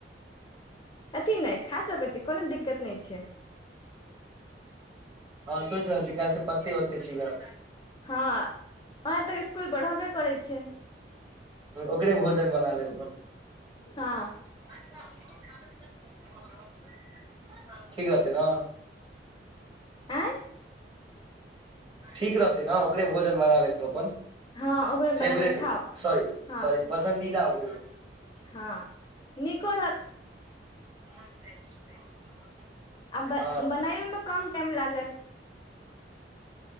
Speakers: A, on the left; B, on the right.
A: अथि नहि खा सकै छै कोनो दिक्कत नहि छै
B: हँ, सोचि रहल छी काल्हि पते ओते चीबै
A: हँ वहाँ तक स्कूल बढ़बे करैत छै।
B: ओकरे भोजन बना लेब अपन
A: हँ।
B: <unintelligible> ठीक रहतै ना
A: आय
B: ठीक रहतै ने ओकरे भोजन बना लेब अपन
A: हँ ओकरे बना
B: फेवरेट
A: के खाउ
B: सॉरी
A: हँ
B: सॉरी पसीदा भोजन
A: हँ निको रहत
B: <unintelligible> <unintelligible>
A: आनामे
B: हँ
A: क टाइम लागत